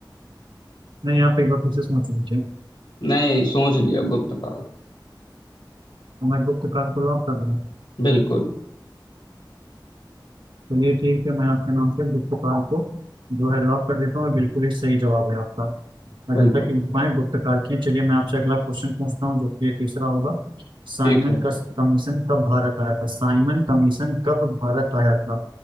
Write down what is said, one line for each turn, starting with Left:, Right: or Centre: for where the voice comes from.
Right: नहीं आप एक बार फिर से सोच लीजिए
Left: नहीं सोच लिया गुप्त काल
Right: तो मैं गुप्त काल को लॉक कर दूँ
Left: बिल्कुल
Right: चलिए ठीक है मैं आपके नाम से गुप्त काल को जो है लॉक कर देता हूँ बिल्कुल ही सही जवाब है आपका अजंता
Left: बिल्कुल
Right: की गुफाएं गुप्तकाल की हैं। चलिए मैं आपसे अगला क्वेश्चन पूछता हूँ जो कि ये तीसरा होगा साइमन
Left: ठीक है
Right: कस- कमीशन कब भारत आया था साइमन कमीशन कब भारत आया था